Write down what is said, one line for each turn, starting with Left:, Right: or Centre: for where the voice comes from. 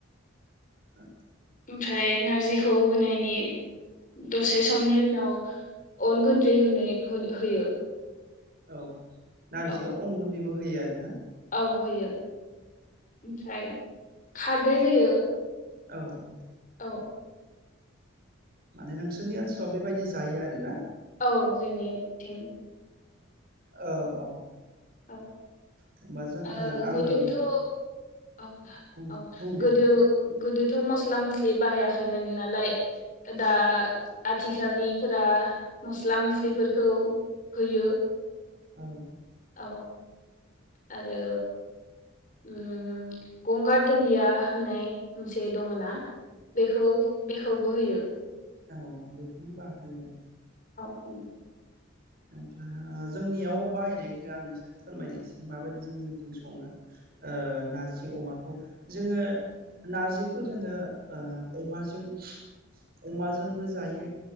Right: ओ
Left: ओमफ्राय नारजिखौ होनायनि दसे समनि उनाव अन गुनदै होनाय होयो
Right: औ नारजियाव
Left: औ
Right: अन गुनदैबो होयो आरो ना
Left: औ होयो ओमफ्राय खारदै होयो
Right: औ औ
Left: औ
Right: माने नोंसोरनि ओनसोलाव बेबायदि जायो आरो ना
Left: औ जोंनि थिं
Right: औ औ
Left: औ
Right: होमबा जों
Left: ओ
Right: आङो
Left: गोदोथ' औ
Right: बुं
Left: औ
Right: बुं दे
Left: गोदो गोदोथ' मस्ला-मस्लि बाहायाखैमोन नालाय दा आथि थिखालनिफोरा मस्ला-मस्लिफोरखौ होयो
Right: औ
Left: औ आरो ओम गंगार दुनदिया होननाय मोनसे दङ'ना बेखौ बेखौ बो होयो।
Right: नंगौ। बेखौनो बाहोयो।
Left: उम।
Right: ओमफ्राय जोंनियाव बाहायनायखौ आं एसे फोरमायनोसै माबायदि जोंनिथिं संङो। ओ नारजि अमा। जोङो नारजिखौ जोङो ओ अमाजों अमाजोंबो जायो।